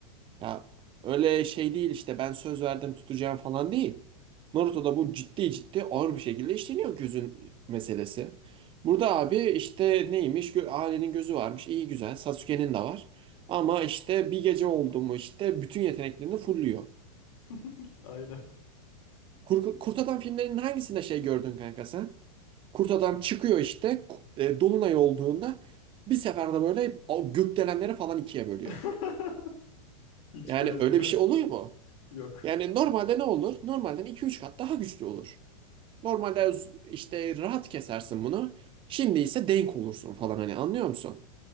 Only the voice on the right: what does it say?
Ya öyle şey değil işte ben söz verdim tutacağım falan değil. Naruto'da bu ciddi ciddi ağır bir şekilde işleniyor gözün meselesi. Burada abi işte neymiş? Gö- Ailenin gözü varmış. iyi güzel. Sasuke'nin de var. Ama işte bir gece oldu mu işte bütün yeteneklerini fulluyor.
Kur- Kurt Adam filmlerinin hangisinde şey gördün kanka sen? Kurt Adam çıkıyor işte ku- e, Dolunay olduğunda bir seferde böyle o gökdelenleri falan ikiye bölüyor.
Yani öyle bir şey oluyor
mu?
Yani normalde ne olur? Normalden iki üç kat daha güçlü olur. Normalde z- işte rahat kesersin bunu. Şimdi ise denk olursun falan hani anlıyor musun?